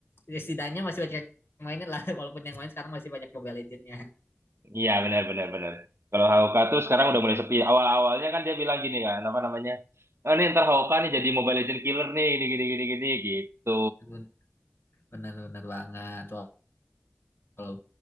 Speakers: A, on the left; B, on the right.
A: Ya, setidaknya masih banyak yang mainin lah <laughs> walaupun yang main sekarang masih banyak Mobile Legends-nya.
B: Iya benar benar benar. Kalau Hawka tuh sekarang udah mulai sepi. Awal-awalnya kan dia bilang gini kan, apa namanya? Oh nih ntar Hawka nih jadi Mobile Legend killer nih, gini gini gini gini gitu.
A: Bener bener banget. Kalau